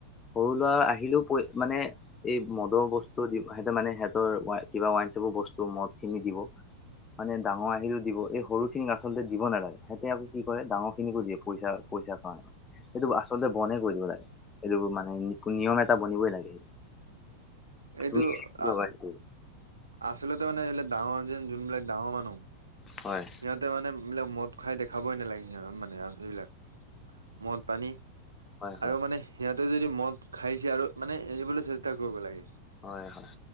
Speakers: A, on the left; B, on the right.
A: সৰু ল'ৰা আহিলেও প মানে এই মদৰ বস্তু সিহঁতে মানে, সিহঁতৰ কিবা ৱাইন চপৰ বস্তু মদ খিনি দিব। মানে ডাঙৰ আহিলেও দিব এই সৰু খিনিক আচলতে দিব নালাগে সেহঁতে আকৌ কি কৰে ডাঙৰ খিনিকো দিয়ে পইচা পইচাৰ কাৰণে, সেইটো আচলতে বনে কৰি দিব লাগে। সেইটোৰ মানে, নিয়ম এটা বনিবই লাগে।
B: এইটো
A: তুমি কি
B: আ
A: ভাবা এইটো
B: আচলতে মানে এই ডাঙৰ যেন যোনবিলাক ডাঙৰ মানুহ,
A: হয়।
B: সিহঁতে মানে এইবিলাক মদ খাই দেখাবই নালাগে সিহঁতক মানে <unintelligible> মদ পানী
A: হয়
B: আৰু মানে সিহঁতে যদি মদ খাইছে আৰু মানে এৰিবলৈ চেষ্টা কৰিব লাগে।
A: হয়- হয়।